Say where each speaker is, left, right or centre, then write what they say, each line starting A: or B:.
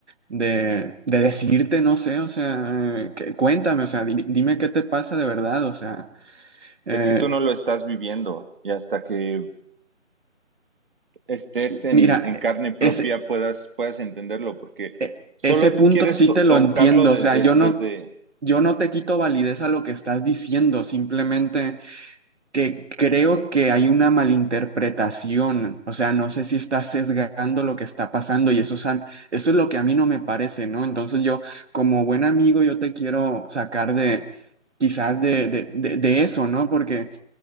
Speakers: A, on the right (about 60°); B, on the right (about 40°).
A: de, de decirte, no sé, o sea, eh, que- cuéntame, o sea, di- dime qué te pasa de verdad, o sea. Eh,
B: Es que tú no lo estás viviendo y hasta que estés en,
A: Mira,
B: en
A: e-
B: carne propia
A: ese,
B: puedas, puedas entenderlo, porque
A: e-
B: solo
A: ese punto
B: tú quieres
A: sí
B: to-
A: te
B: tocarlo
A: lo entiendo.
B: desde,
A: O sea, yo
B: desde,
A: no, yo no te quito validez a lo que estás diciendo, simplemente que creo que hay una malinterpretación. O sea, no sé si estás sesgando lo que está pasando y eso es, a- eso es lo que a mí no me parece, ¿no? Entonces yo, como buen amigo, yo te quiero sacar de quizás de, de, de, de eso, ¿no? Porque